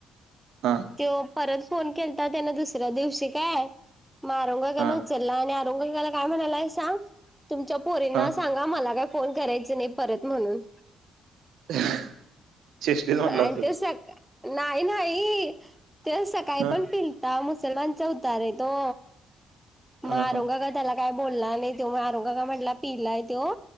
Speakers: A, on the right (about 75°); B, in the centre.
A: हा
B: त्यो परत फोन केलता त्यांन दुसऱ्या दिवशी काय, मग अरूण दादानं
A: हा
B: उचलला आणि मारु दादाला काय म्हणाला सांग, तुमच्या पोरींना
A: हा
B: सांगा मला काय फोन करायच नाही परत म्हणून.
A: <unintelligible> चेष्टीत म्हटला
B: आणि
A: असं
B: ते सका, नाही नाही ते सकाळी
A: हा
B: पण प पाय मुसलमानचा होता रे तो.
A: हा
B: मारुंगा
A: हा
B: काय बोलला नाही तो मारुंगा म्हणला पिलाय त्यो.